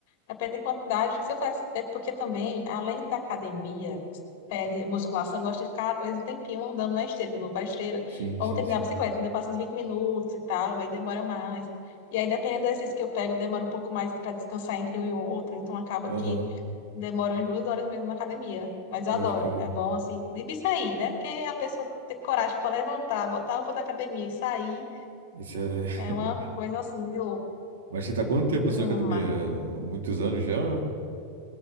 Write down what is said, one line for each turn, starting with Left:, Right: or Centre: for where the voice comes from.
Left: Depende da quantidade que você faz. É porque também, além da academia, é, de musculação, eu gosto de ficar às vezes um tempinho andando na esteira, quando eu vou pra esteira,
Right: Sim,
Left: ou
Right: sim,
Left: terminar
Right: sim.
Left: tempinho bicicleta, então eu passo uns 20 minutos e tal, aí demora mais. E aí, dependendo do exercício que eu pego, demora um pouco mais para descansar entre um e outro, então acaba
Right: Aham,
Left: que demoro umas duas horas mesmo na academia, mas
Right: pode
Left: eu adoro.
Right: crer.
Left: É bom, assim, difícil sair, né? Porque a pessoa ter coragem para levantar, botar a roupa da academia e sair
Right: Isso é... <laughs>
Left: é uma coisa assim de louco.
Right: Mas você tá há quanto tempo, assim,
Left: Uma...
Right: na academia? Muitos anos já?